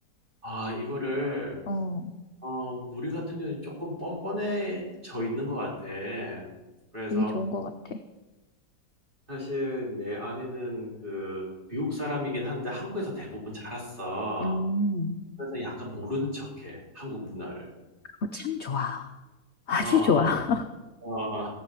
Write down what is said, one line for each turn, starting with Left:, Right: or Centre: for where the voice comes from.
Right: 아, 이거를,
Left: 어,
Right: 어, 우리 같은 경우는 조금 뻔뻔해져 있는 것 같아. 그래서,
Left: 그게 좋은 것 같아.
Right: 사실 내 아내는 그 미국 사람이긴 한데 한국에서 대부분 자랐어.
Left: 음,
Right: 그래서 약간 모르는 척해 한국 문화를.
Left: 그거 참 좋아. 아주
Right: 어,
Left: 좋아. <laughs>
Right: 어.